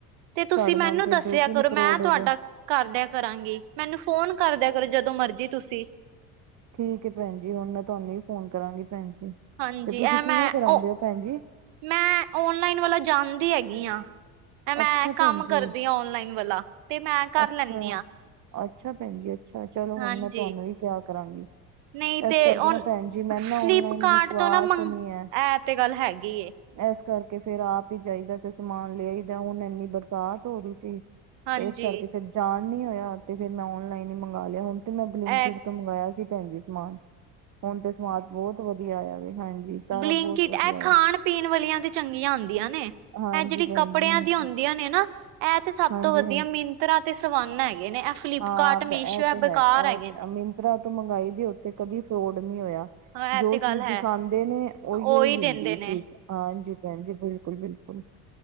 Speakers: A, on the right; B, on the right.
A: ਤੇ ਤੁਸੀਂ
B: ਸਾਡੇ
A: ਮੈਨੂੰ
B: ਨਾਲ ਤੇ
A: ਦੱਸਿਆ
B: ਦੋ ਤਿੰਨ
A: ਕਰੋ,
B: ਫਰੋਡ
A: ਮੈਂ ਤੁਹਾਡਾ
B: ਹੋ ਗਏ
A: ਕਰ ਦੇਆਂ ਕਰਾਂਗੀ। ਮੈਨੂੰ ਫੋਨ ਕਰਦਿਆਂ ਕਰੋ ਜਦੋਂ ਮਰਜੀ ਤੁਸੀਂ।
B: ਠੀਕ ਏ ਭੈਣ ਜੀ, ਹੁਣ ਮੈਂ ਤੁਹਾਨੂੰ ਹੀ ਫੋਨ ਕਰਾਂਗੀ ਭੈਣ ਜੀ।
A: ਹਾਂਜੀ,
B: ਤੇ ਤੁਸੀਂ
A: ਇਹ ਮੈਂ
B: ਕਿਵੇਂ ਕਰਾਂਦੇ
A: ਉਹ
B: ਹੋ ਭੈਣ ਜੀ?
A: ਮੈਂ ਓਨਲਾਈਨ ਵਾਲਾ ਜਾਣਦੀ ਹੈਗੀ ਹਾਂ ਮੈਂ
B: ਅੱਛਾ
A: ਕੰਮ
B: ਭੈਣ ਜੀ
A: ਕਰਦੀ ਆ ਔਨਲਾਈਨ ਵਾਲਾ ਤੇ ਮੈਂ ਕਰ
B: ਅੱਛਾ
A: ਲੈਂਦੀ ਹਾਂ
B: ਅੱਛਾ ਭੈਣ ਜੀ ਅੱਛਾ ਚਲੋ
A: ਹਾਂਜੀ,
B: ਹੁਣ ਮੈਂ ਤੁਹਾਨੂੰ ਵੀ ਕਿਆ ਕਰਾਂਗੀ
A: ਨਹੀਂ
B: ਐਸ
A: ਤੇ
B: ਕਰਕੇ
A: ਹੁਣ
B: ਨਾ ਭੈਣ ਜੀ ਮੈਨ
A: ਫਲਿੱਪਕਾਰਟ
B: ਨਾ ਔਨਲਾਈਨ ਵਿਸ਼ਵਾਸ
A: ਤੋਂ ਨਾ ਮੰਗ
B: ਨੀਂ ਐ।
A: ਇਹ ਤੇ ਗੱਲ ਹੈਗੀ ਏ,
B: ਐਸ ਕਰਕੇ ਫੇਰ ਆਪ ਹੀ ਜਾਈਦੈ ਤੇ ਸਮਾਨ ਲੈ ਆਈਦੈ। ਹੁਣ ਇੰਨੀ ਬਰਸਾਤ ਹੋ ਰਹੀ ਸੀ।
A: ਹਾਂਜੀ।
B: ਇਸ ਕਰਕੇ ਫਿਰ ਜਾਣ ਨੀ ਹੋਇਆ ਤੇ ਫਿਰ ਮੈਂ ਓਨਲਾਈਨ ਹੀ ਮੰਗਾ ਲਿਆ। ਹੁਣ ਤੇ ਮੈਂ ਬ੍ਲਿੰਕ
A: ਇਹ
B: ਇੱਟ ਤੋਂ ਮੰਗਾਇਆ ਸੀ ਭੈਣ ਜੀ ਸਮਾਨ। ਹੁਣ ਤੇ ਸਮਾਦ ਬਹੁਤ ਵਧੀਆ ਆਇਆ ਵੇ, ਹਾਂਜੀ। ਸਾਰਾ
A: ਬਲਿੰਕ
B: ਬਹੁਤ
A: ਇੱਟ,
B: ਵਧੀਆ
A: ਇਹ
B: ਆਇਆ
A: ਖਾਣ- ਪੀਣ ਵਾਲੀਆਂ ਤੇ ਚੰਗੀਆਂ ਹੁੰਦੀਆਂ ਨੇ,
B: ਹਾਂਜੀ
A: ਇਹ ਜਿਹੜੀ
B: ਭੈਣ
A: ਕੱਪੜਿਆਂ
B: ਜੀ ਹਾਂਜੀ।
A: ਦੀਆਂ ਹੁੰਦੀਆਂ ਨੇ ਨਾ ਇਹ ਤੇ ਸਭ
B: ਹਾਂਜੀ-ਹਾਂਜੀ
A: ਤੋਂ ਵਧੀਆ ਮਿੰਤਰਾ ਤੇ ਸਵਾਨਾ ਹੈਗੀਆ ਨੇ। ਇਹ ਫਲਿਪਕਾਰਟ,
B: ਹਾਂ
A: ਮੀਸ਼ੋ ਇਹ
B: ਤੇ
A: ਬੇਕਾਰ
B: ਹੈ ਇਹ
A: ਹੈਗਿਆਂ ਨੇ।
B: ਮਿੰਤਰਾ ਤੋਂ ਮੰਗਾਈ ਦੀ, ਉੱਥੇ ਕਦੀ ਫਰੋਡ ਨੀ ਹੋਇਆ।
A: ਹਾਂ
B: ਜੋ
A: ਇਹ ਤੇ
B: ਚੀਜ਼
A: ਗੱਲ ਹੈ
B: ਦਿਖਾਂਦੇ ਨੇ, ਓਈ
A: ਉਹੀ
B: -ਓਈ
A: ਦਿੰਦੇ
B: ਹੁੰਦੀ ਏ
A: ਨੇ
B: ਚੀਜ਼। ਹਾਂਜੀ ਭੈਣ ਜੀ, ਬਿਲਕੁਲ- ਬਿਲਕੁਲ।